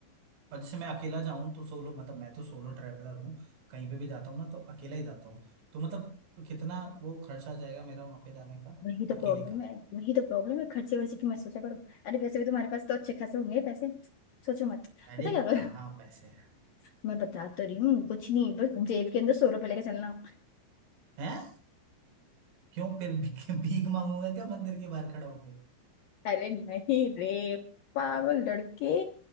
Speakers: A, on the right; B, on the left.
A: और जैसे मैं अकेला जाऊं तो सोलो मतलब मैं तो सोलो ट्रैवलर हूँ कहीं पे भी जाता हूँ ना तो अकेला ही जाता हूँ तो मतलब कितना वो खर्चा जाएगा मेरा वहां पे जाने का
B: वही तो
A: अकेले
B: प्रॉब्लम
A: का
B: है वही तो प्रॉब्लम है खर्चे वर्चे की मत सोचा करो अरे वैसे भी तुम्हारे पास तो अच्छे खासे होंगे पैसे सोचो मत
A: अरे
B: पता क्या करो
A: कहाँ पैसे हैं
B: <laughs> मैं बता तो रही हूँ कुछ नहीं बस जेब के अंदर सौ रुपए लेके चलना
A: हैं क्यों फिर भी- <laughs> भीख मांगूंगा क्या मंदिर के बाहर खड़ा होके
B: अरे नहीं रे पागल लड़के